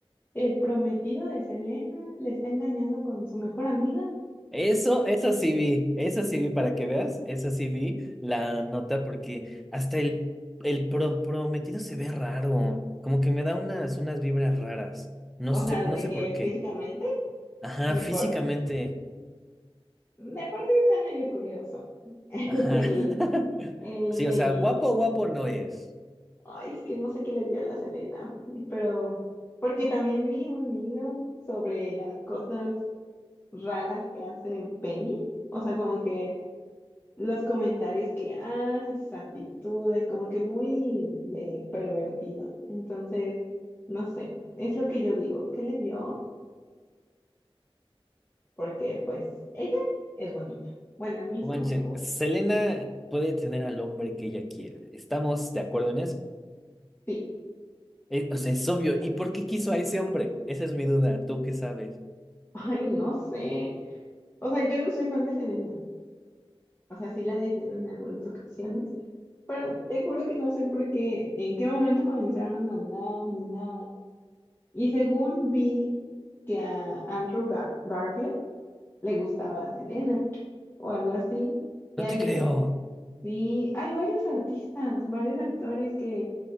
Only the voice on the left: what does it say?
el prometido de Selena le está engañando con su mejor amiga.
O
sea, de
que
físicamente,
de
por, de por sí está medio curioso. <laughs>
El,
el
Benino.
Ay, es que no sé qué le vio la Selena, pero porque también vi un hilo sobre las cosas raras que hace Benny. O sea, como que los comentarios que hace, sus actitudes, como que muy de pervertido. Entonces, no sé, es lo que yo digo. ¿Qué le vio? porque pues ella es bonita. Bueno, a mí
se
me hace bo-
Sí.
<laughs> Ay, no sé. O sea, yo no soy fan de Selena. O sea, sí la defiendo en algunas ocasiones, pero te juro que no sé por qué, en qué momento comenzaron a andar ni nada. Y según vi que a Andrew Ga- Garfield le gustaba Selena o algo así. Y
hay,
sí, hay varios artistas, varios actores que,